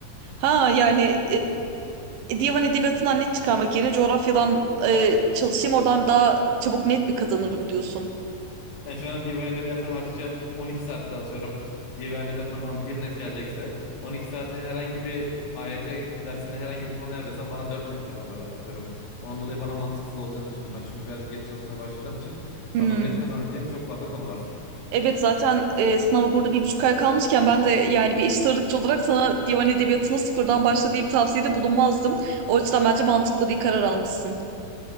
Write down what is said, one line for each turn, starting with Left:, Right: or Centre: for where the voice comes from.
Right: Ha yani e, divan edebiyatından net çıkarmak yerine coğrafyadan e, çalışayım oradan daha çabuk net mi kazanırım diyorsun.
Left: Yani şu anda divan edebiyata harcayacağım 12 saatte atıyorum. Divan edebiyatından bana bir net gelecekse 12 saati herhangi bir AYT dersinde herhangi bir konuya harcarsam bana 4 net kazandırır atıyorum. Ondan dolayı bana mantıksız olacağını düşündüm. Ben çünkü birazcık geç çalışmaya başladığım için
Right: Hmm.
Left: şu anda net kazanabileceğim çok fazla konu var.
Right: Evet zaten e, sınava burada bir buçuk ay kalmışken ben de yani bir eşit ağırlıkçı olarak sana divan edebiyatına sıfırdan başla diye bir tavsiyede bulunmazdım. O açıdan bence mantıklı bir karar almışsın.